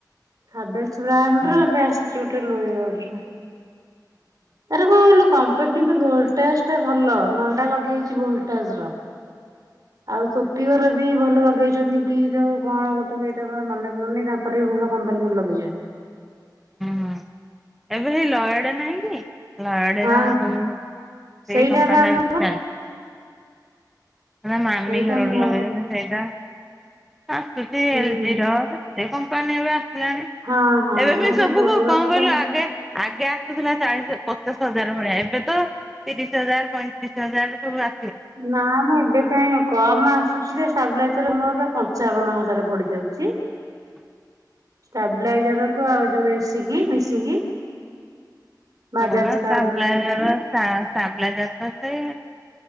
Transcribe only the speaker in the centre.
ହଁ
ହଁ ଏବେ ସେଇ ଲୟଡା ନାହିଁ କି? ଲୟାଡେ
ରା ସବୁ ସେଇ
କମ୍ପାନୀ
ଟା ବେଶୀ ଚାଲଛି। ହେରା, ମାମି
ଘର
ଗୋଟେ ଲଗେଇଛନ୍ତି ସେଇଟା। ଆସୁଛି ଏଲ୍
ଜି ର ଏତେ କମ୍ପାନୀ ଏବେ ଆସ୍ ହେଲାଣି,
ଏବେ ବି
ସବୁ
କୁ, କଣ କହିଲୁ
ଆଗେ ଆଗେ ଆସୁଥିଲା, ଚାଳିଶ, ପଚାଶ ହଜାର ଭଳିଆ ଏବେ ତ ତିରିଶ ହଜାର, ପଇଁତିରିଶ ହଜାର ସବୁ ଆ
ହ
ହଁ ବା, ଷ୍ଟାବ୍
ଲାଇଜ଼ର,
ଷ୍ଟା-ଷ୍ଟାବ୍ ଲାଇଜ଼ର ତ ସେୟା।